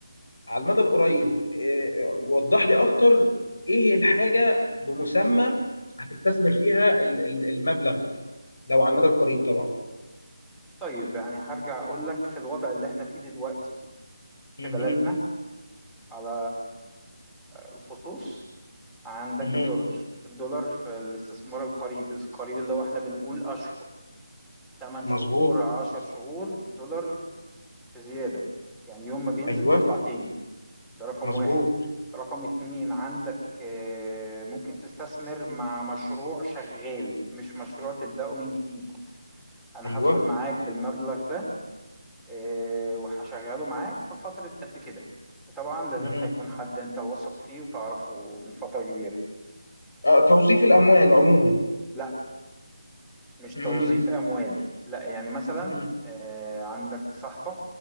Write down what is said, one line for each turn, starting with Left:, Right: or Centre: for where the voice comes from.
Left: على المدى القريب آه، آه، وضح لي أكتر إيه الحاجة بمسمى هتستثمر فيها ال- ال- المبلغ ده لو على المدى القريب طبعا
Centre: طيب يعني هرجع أقول لك في الوضع اللي احنا فيه دلوقتي
Left: مهم.
Centre: في بلدنا على الخصوص عندك
Left: مهم.
Centre: الدولار الدولار في الاستثمار القريب القريب اللي هو احنا بنقول أشهر 8
Left: مظبوط
Centre: شهور 10 شهور الدولار في زيادة يعني يوم ما بينزل
Left: ايوه
Centre: بيطلع تاني ده رقم
Left: مظبوط
Centre: واحد رقم اتنين عندك آه، ممكن تستثمر مع مشروع شغال مش مشروع تبدأه من جديد أنا
Left: ايوه
Centre: هدخل معاك بالمبلغ ده آه، وهشغله معاك في فترة قد كده وطبعا لازم
Left: مهم.
Centre: هيكون حد انت واثق فيه وتعرفه من فترة كبيرة
Left: آه، توظيف الاموال عموما
Centre: لا مش
Left: مهم.
Centre: توظيف اموال لا يعني مثلا
Left: مهم.
Centre: آه، عندك صاحبك